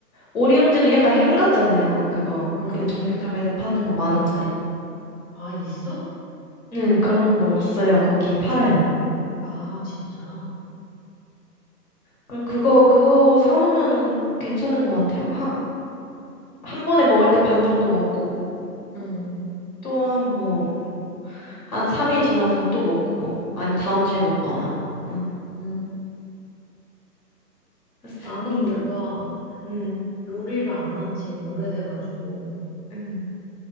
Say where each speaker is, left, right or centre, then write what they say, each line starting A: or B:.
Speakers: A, on the left; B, on the left.
A: 오리훈제도 약간 햄 같잖아요. 그거
B: 어, 어.
A: 그냥 정육점에서 파는 거 만 원짜리.
B: 아, 있어?
A: 네, 그런 거 있어요. 거기 팔아요.
B: 아, 진짜.
A: 그- 그거, 그거 사놓으면은 괜찮은 것 같아요. 하, 한 번에 먹을 때 반 정도 먹고,
B: 응.
A: 또 한 뭐, 한 삼일 지나서 또 먹고, 아니면 다음 주에
B: 음,
A: 먹거나. 응.
B: 음.
A: 맞습니다.
B: 나는 뭔가
A: 응,
B: 요리를 안 한 지 오래돼가지고,
A: 응